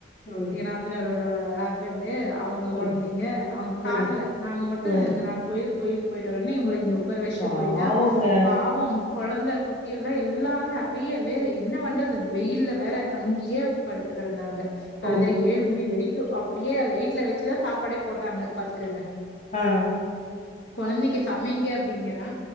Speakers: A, on the left; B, on the left.
A: ம்
B: நாத்தநாரோட ஹஸ்பண்ட்டு அவங்க
A: ம்
B: கொழந்தைங்க அவங்க கார்ல
A: ம்
B: நாங்க மட்டும்
A: ம்
B: இந்த நடந் து கோயிலுக் கோயிலுக்கு போயிட்டு வரோன்னு இவங்கள இங்க உக்கார வச்சிட்டு
A: பாவங்க
B: போயிட்டா பாவோம் அவுங் கொழந்த குட்டி எல்லாம் எல்லாம் நெறைய பேரு என்ன பண்றது வெயில்ல வேற அங்கயே படுத்து கெடந்தாங்க சாய்ந்திரம்
A: ஓ
B: ஏழு மணி வரைக்கும் அப்டியே லைட்ல வச்சுதான் சாப்பாடே போட்டாங்க பாத்துக்கோங்க
A: ஆ
B: கொழந்தைக்கு சமைங்க அப்பிடிங்கறா